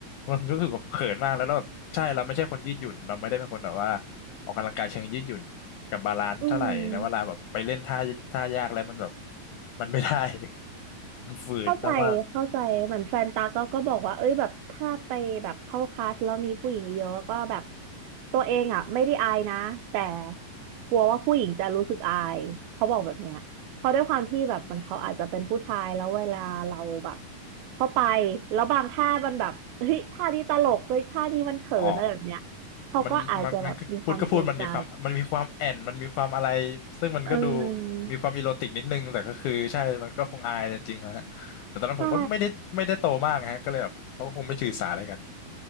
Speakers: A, on the left; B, on the right.
A: มันรู้สึกแบบเขินมากแล้วแล้วแบบใช่เราไม่ใช่คนยืดหยุ่นเราไม่ได้เป็นคนแบบว่าออกกำลังกายเชิงยืดหยุ่น กับบาลานซ์เท่าไหร่แล้วเวลาแบบไปเล่นท่าท่ายากแล้วมันแบบ
B: อืม
A: มันไม่ได้ <laughs> มันฝืนมาก
B: เข้าใจเข้าใจเหมือนแฟนตาก็ก็บอกว่าเอ้ยแบบถ้าไปแบบเข้าคลาสแล้วมีผู้หญิงเยอะก็แบบตัวเองอ่ะไม่ได้อายนะแต่กลัวว่าผู้หญิงจะรู้สึกอายเขาบอกแบบเนี้ยเพราะด้วยความที่แบบมันเขาอาจจะเป็นผู้ชายแล้วเวลาเราแบบ
A: ๆอืม
B: เข้าไปแล้วบางท่ามันแบบเฮ้ยท่านี้ตลกเฮ้ยท่านี้มันเขินอะไรแบบเนี้ยเขาก็อาจจะแบบมีความเกรงใจ
A: อ๋อมันมันมันก็พูดก็พูดมันมีความมันมีความแอนมันมีความอะไรซึ่งมันก็ดู
B: เออ
A: มีความอีโรติกนิดนึงแต่ก็คือใช่มันก็คงอายจริงๆนะฮะแต่ตอนนั้นผมก็ไม่ได้ไม่ได้โตมากฮะก็เลยแบบเขาก็คงไม่ถือสาอะไรกัน
B: ใช่